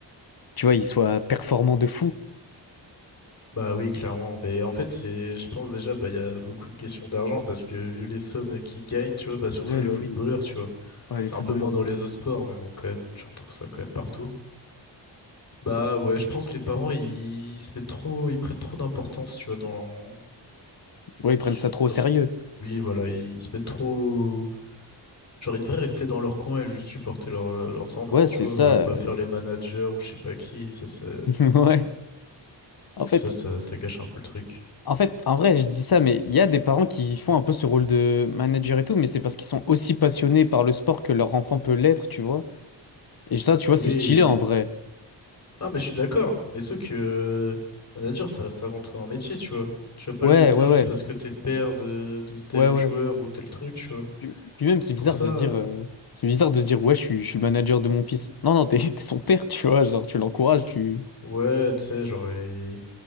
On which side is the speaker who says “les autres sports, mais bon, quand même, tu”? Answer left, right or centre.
Left